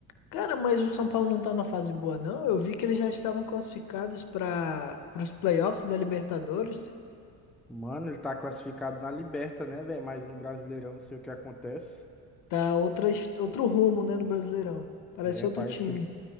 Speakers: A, on the left; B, in the centre.
A: Cara, mas o São Paulo não tá na fase boa, não. Eu vi que eles já estavam classificados para os playoffs da Libertadores.
B: Mano, ele tá classificado na Liberta, né, velho? Mas no Brasileirão não sei o que acontece.
A: Tá outra, his- outro rumo, né, no Brasileirão. Parece
B: É,
A: outro
B: parece
A: time.
B: que ele